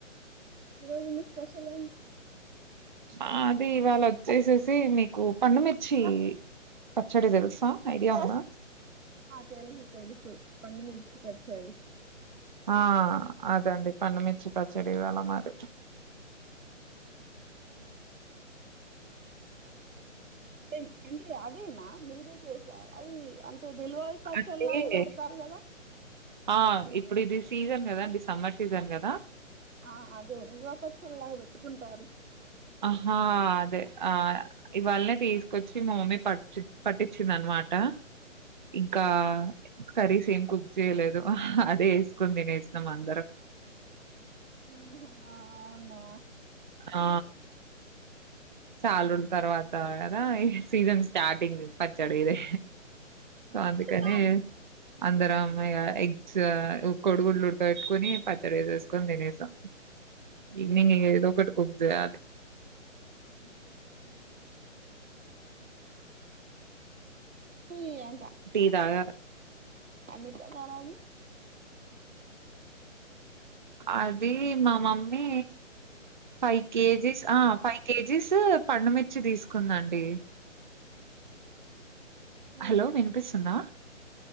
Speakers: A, on the right; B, on the right.
A: ఈ రోజు మీ స్పెషల్ ఏంటి
B: ఆ అదే ఇవాళ వ చేసేసి మీకు పండుమిర్చి పచ్చడి తెలుసా ఐడియా ఉందా
A: ఆ తెలుసు తెలుసు పండు మిర్చి పచ్చడి
B: ఆ అదండి పన్నమిీచ్చి పచ్చడి ఇవాళ మాది
A: అవున హమ్ టే ఎంటి అదేనా మీరే చేసార అది అంత్ త తెల్వద్ పచ్చలాగా
B: అంటే
A: పెడతారు కదా
B: ఆ! ఇప్పుడిది సీజన్ కదండి సమ్మర్ సీజన్ కదా
A: ఆ అదె నిల్వపచ్చలాగా పెట్టుకుంటారు
B: ఆహా అదె ఆ ఇవాల్నే తీసుకొచ్చి మ మమ్మీ పచ్చి పట్టించింది అనమాట ఇంకా కరీస్ ఏం కుక్ చేయలేదు అదే ఎసుకుని తినేస్నం అందరం.
A: ఆహా అవునా
B: ఆ చాల్ రోజు తర్వాత కదా ఈ సీజన్ స్టార్టింగ్ పచ్చడ ఇది సొ
A: ఇప్పుడే
B: అందుకనే
A: స్టార్ట్ చేసినా.
B: అందరం గా ఎగ్స్ కొడుగుడ్లు ఉడక పెట్టుకొని పచ్చడి ఎసేసుకొని తినసా ఈవినింగ్ ఇగ ఏదో ఒకటి కుక్ చేయాలి.
A: <unintelligible> ఈయన్
B: టీ తాగ
A: అమికే మా రాదు
B: అది ఈ మా మమ్మీ ఫైవ్ కేజీ ఆ ఫైవ్ కేజీస్ పండుమిర్చి తీసుకుందండి
A: ఆ
B: హలో వినిపిస్సుందా